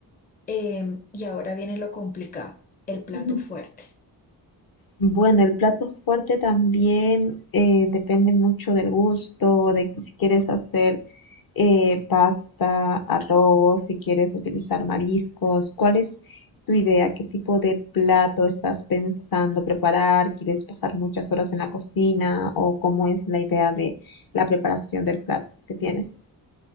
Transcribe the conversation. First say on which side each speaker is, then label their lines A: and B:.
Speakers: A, on the left; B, on the left.
A: Em, y ahora viene lo complicado, el plato
B: Ujú.
A: fuerte.
B: Bueno, el plato fuerte también eh, depende mucho del gusto, de si quieres hacer eh, pasta, arroz, si quieres utilizar mariscos. ¿Cuál es tu idea? ¿Qué tipo de plato estás pensando preparar? ¿Quieres pasar muchas horas en la cocina? ¿O cómo es la idea de la preparación del plato que tienes?